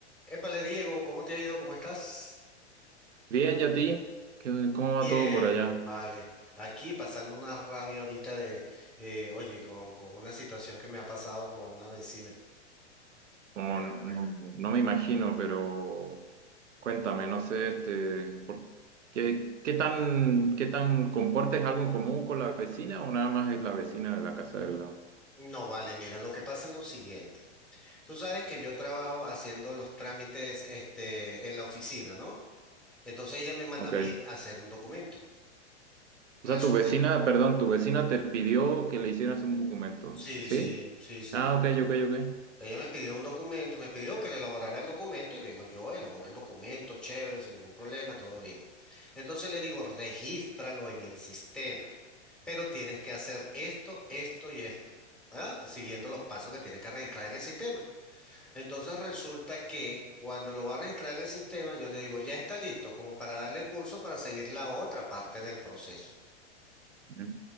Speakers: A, in the centre; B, on the right.
A: Épale, Diego, ¿cómo te ha ido? ¿Cómo estás?
B: Bien, ¿y a ti? ¿Qué- ¿Cómo va
A: Bien,
B: todo por allá?
A: vale. Aquí pasando una rabia ahorita de, eh, oye, con, con una situación que me ha pasado con una vecina.
B: No,
A: Pero
B: no,
A: bueno,
B: no- no me imagino, pero cuéntame, no sé, este, por- ¿qué, qué tan, qué tan compartes algo en común con la vecina o nada más es la vecina de la casa del lado?
A: no vale, mira, lo que pasa es lo siguiente. Tú sabes que yo trabajo haciendo los trámites, este, en la oficina, ¿no? Entonces ella me manda
B: Ok.
A: a mí a hacer un documento.
B: O sea,
A: Resulta,
B: tu vecina, perdón, tu vecina te pidió que le hicieras un documento,
A: sí,
B: ¿sí?
A: sí, sí, sí.
B: Ah, ok, ok, ok.
A: Ella me pidió un documento, me pidió que le elaborara el documento y vengo yo, elaboro el documento, chévere, sin ningún problema, todo bien. Entonces le digo, regístralo en el sistema, pero tienes que hacer esto, esto y esto, ¿verdad? Siguiendo los pasos que tienen que registrar en el sistema. Entonces resulta que cuando lo va a registrar en el sistema, yo le digo, ya está listo, como para darle curso para seguir la otra parte del proceso.
B: Ujú.